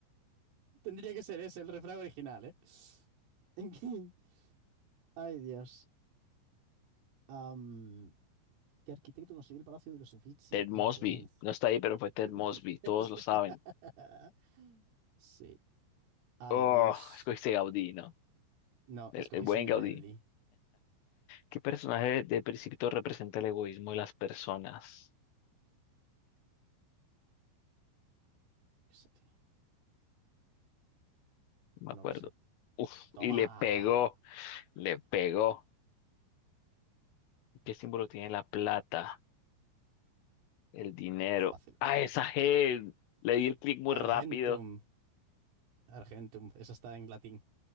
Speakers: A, on the right (about 85°); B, on the left (about 90°).
A: Tendría que ser ese, el refrán original, ¿eh? <laughs> ¿En qué? Ay, Dios. Am, ¿qué arquitecto construyó el Palacio de los Uffizi
B: Ted
A: en
B: Mosby.
A: Florencia?
B: No está ahí, pero fue Ted Mosby.
A: <laughs>
B: Todos lo saben.
A: Sí. Ay,
B: Oh,
A: Dios.
B: escogiste Gaudí, ¿no?
A: No,
B: El,
A: escogí
B: el buen
A: señor
B: Gaudí.
A: Ellie.
B: ¿Qué personaje de Principito representa el egoísmo de las personas?
A: ¿Qué sé, tío?
B: No me
A: No
B: acuerdo.
A: lo sé.
B: Uf,
A: ¡Toma!
B: y le pegó. Le pegó. ¿Qué símbolo tiene la plata? El dinero.
A: Fácil.
B: ¡Ah, esa G! Le di el clic muy rápido.
A: Argentum. Argentum. Esa está en latín.